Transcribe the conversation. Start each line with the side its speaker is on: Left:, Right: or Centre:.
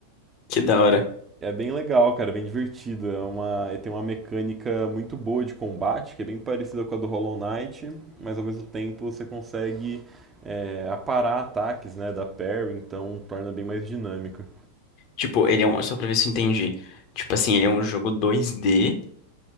Left: que da hora.
Right: É bem legal, cara, bem divertido. É uma, ele tem uma mecânica muito boa de combate, que é bem parecida com a do Hollow Knight, mas ao mesmo tempo você consegue é, aparar ataques, né, da parry, então torna bem mais dinâmica.
Left: Tipo, ele é um, só pra ver se eu entendi. Tipo assim, ele é um jogo 2D.